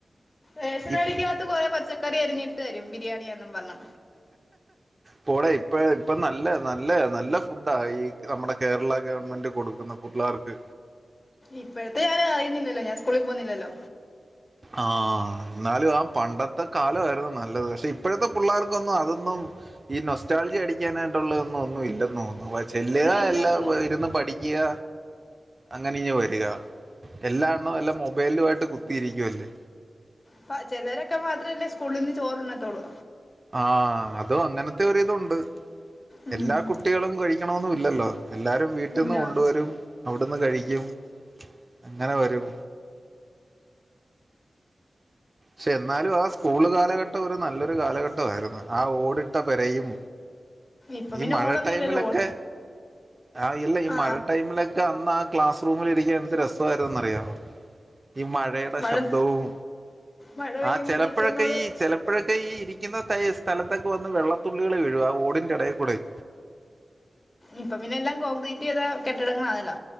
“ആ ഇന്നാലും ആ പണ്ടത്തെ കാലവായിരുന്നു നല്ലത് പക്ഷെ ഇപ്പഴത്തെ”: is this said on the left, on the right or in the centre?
Right